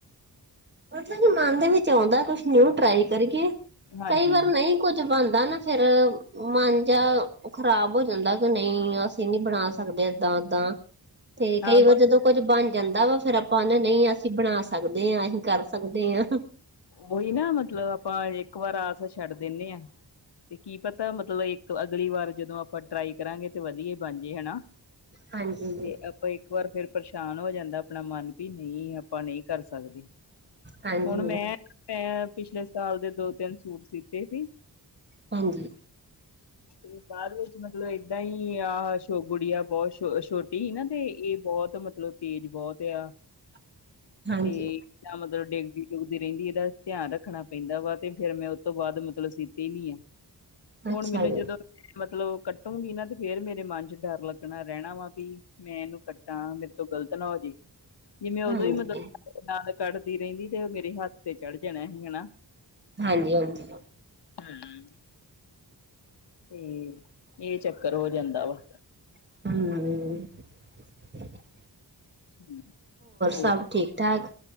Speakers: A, on the right (about 25°); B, on the left (about 70°).
A: ਮਤਲਬ ਕਿ ਮਨ ਦੇ ਵਿੱਚ ਆਂਦਾ ਕੁਛ ਨਿਊ ਟਰਾਈ ਕਰੀਏ,
B: ਹਾਂਜੀ
A: ਕਈ ਵਾਰ ਨਈ ਕੁੱਝ ਬਣਦਾ ਨਾ ਫੇਰ ਮਨ ਜਾ ਖ਼ਰਾਬ ਹੋ ਜਾਂਦਾ ਕਿ ਨਈ ਅ ਸੀ ਨੀ ਬਣਾ ਸਕਦੇ ਏਦਾਂ ਉਦਾਂ। ਤੇ
B: ਹਾਂ
A: ਕਈ ਵਾਰ
B: ਪਰ
A: ਜਦੋਂ ਕੁੱਝ ਬਣ ਜਾਂਦਾ ਵਾ ਫ਼ੇਰ ਆਪਾਂ ਆਹਣੇ, ਨਹੀਂ, ਅਸੀਂ ਬਣਾ ਸਕਦੇ ਆ ਅਹੀਂ। ਕਰ ਸਕਦੇ ਆ।
B: ਉਹੀ ਨਾ ਮਤਲਬ, ਆਪਾਂ ਇੱਕ ਵਾਰ ਆਸ ਛੱਡ ਦਿਣੇ ਆ। ਤੇ ਕੀ ਪਤਾ ਮਤਲਬ ਇੱਕ, ਅਗਲੀ ਵਾਰ ਜਦੋਂ ਆਪਾਂ ਟਰਾਈ ਕਰਾਂਗੇ। ਤੇ ਵਧੀਆਂ ਈ ਬਣ ਜੇ ਹਨਾਂ,
A: ਹਾਂਜੀ, ਜੀ,
B: ਤੇ ਆਪ। ਇੱਕ ਵਾਰ ਫ਼ਿਰ ਪਰੇਸ਼ਾਨ ਹੋ ਜਾਂਦਾ ਆਪਣਾ ਮਨ, ਵੀ ਨਹੀਂ ਆਪਾਂ ਨਹੀਂ ਕਰ ਸਕਦੇ।
A: ਹਾਂਜੀ,
B: ਹੁਣ ਮੈਂ <inaudible> ਮੈਂ ਪਿਛਲੇ ਸਾਲ ਦੇ ਦੋ ਤਿੰਨ ਸੂਟ ਸੀਤੇ ਸੀ।
A: ਹਾਂਜੀ।
B: ਤੇ ਬਾਅਦ ਵਿੱਚ ਮਤਲਬ ਏਦਾਂ ਹੀ, ਆਹ ਸ਼ੋ ਗੁੜੀਆ ਬਹੁਤ ਛੋਹ, ਛੋਟੀ ਹੀ ਨਾ ਤੇ ਇਹ ਬਹੁਤ ਮਤ। ਮਤਲਬ, ਤੇਜ਼ ਬਹੁਤ ਏ ਆ।
A: <inaudible> ਹਾਂਜੀ
B: ਤੇ, ਕੱਲ੍ਹ ਓਦੋਂ ਡਿੱਗਦੀ- ਡੁਗਦੀ। ਰਹਿੰਦੀ, ਇਹਦਾ ਧਿਆਨ ਰੱਖਣਾ ਪੈਂਦਾ ਵਾ ਤੇ ਫੇ਼ਰ ਮੈਂ ਉਹ ਤੋਂ ਬਾਅਦ ਮਤਲਬ ਸੀਤੀ ਈ ਨੀ ਐ। ਹੁਣ
A: ਅੱਛਾ
B: ਮੈਨੂੰ,
A: ਜੀ
B: ਜਦੋਂ ਮਤਲਬ ਕੱਟੂਗੀ ਨਾ ਤੇ ਫ਼ੇਰ ਮੇਰੇ ਮਨ ਚ ਡਰ ਲੱਗਣਾ ਰਹਿਣਾ ਵਾ ਵੀ। ਮੈਂ ਇਹਨੂੰ ਕੱਟਾਂ, ਮੇਰੇ ਤੋਂ ਗ਼ਲਤ ਨਾ ਹੋ ਜੇ। ਜਿਵੇਂ ਉਦੋਂ
A: ਹਾਂਜੀ।
B: ਹੀ ਮਤਲਬ <inaudible> ਨਾਲ਼ ਕੱਢਦੀ ਰਹਿੰਦੀ ਤੇ ਉਹ ਮੇਰੇ ਹੱਥ ਤੇ ਚੜ੍ਹ ਜਾਣਾ ਸੀ ਹਨਾ।
A: ਹਾਂਜੀ, ਹਾਂਜੀ
B: ਹਮ। ਹੰ, ਤੇ ਇਹ ਚੱਕਰ ਹੋ ਜਾਂਦਾ ਵਾ।
A: ਹੂੰ ਅ।
B: ਹੂ, ਹੋਰ,
A: ਸਭ ਠੀਕ ਠਾਕ?